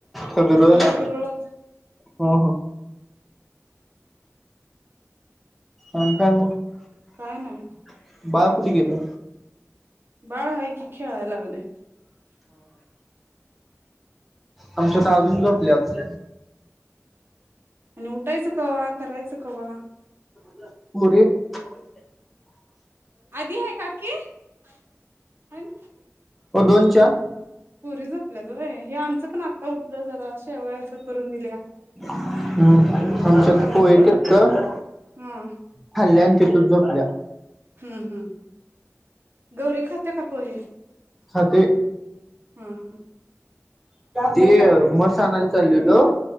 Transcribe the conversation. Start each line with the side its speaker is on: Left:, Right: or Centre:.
Centre: का बिरोळ्याला
Right: नाही बिरोळला.
Centre: हो हो आणि काय मगं
Right: काय नाही
Centre: बाळ कुठे गेलयं.
Right: बाळ आहे कि खेळाय लागलंय.
Centre: आमच तर अजून झोपल्यात
Right: आणि उठायचं कवा करायचं कवा
Centre: <unintelligible>
Right: आधी आहे काकी आहे ना
Centre: हो दोनच्या
Right: पोरी झोपल्यात व्हय हे आमच आमचं पण आता उठलं जरा शेवयाच करून दिल्या.
Centre: हम्म आमच्यात
Right: खाल्ल्या
Centre: पोहे केलतं,
Right: हा
Centre: खाल्ल्या आणि तिथंच झोपल्या.
Right: हम्म हम्म गौरी खाते का पोहे?
Centre: खाते.
Right: हा हा
Centre: ते मस आणायला चाललेलो.